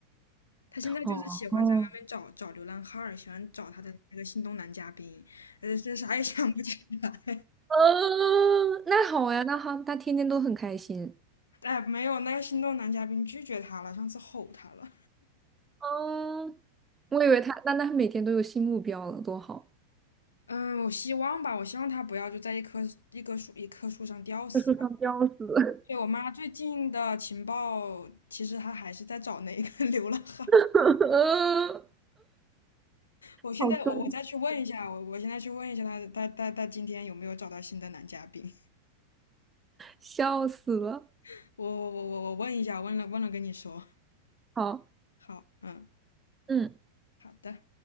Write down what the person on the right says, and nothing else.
哦，哦，
嗯，那好呀，那好，他天天都很开心。
嗯，我以为他，那那他每天都有新目标了，多好！
要吊死，
<laughs> 嗯，
好逗，
笑死了。
好，
嗯。